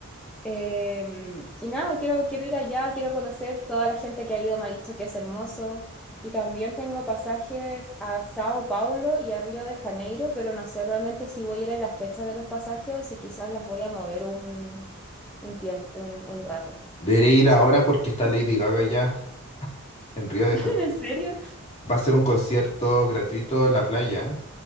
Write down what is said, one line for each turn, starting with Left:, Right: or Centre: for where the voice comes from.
Centre: Em, y nada, quiero, quiero ir allá, quiero conocer toda la gente que ha ido, me ha dicho que es hermoso. Y también tengo pasajes a Sao Paulo y a Río de Janeiro, pero no sé realmente si voy a ir en las fechas de los pasajes o si quizás las voy a mover un, un tiempo, un, un rato.
Left: Deberé ir
Centre: Sí.
Left: ahora porque está Lady Gaga ya en Río de
Centre: <laughs>
Left: Janeiro.
Centre: ¿En serio?
Left: Va a ser un concierto gratuito en la playa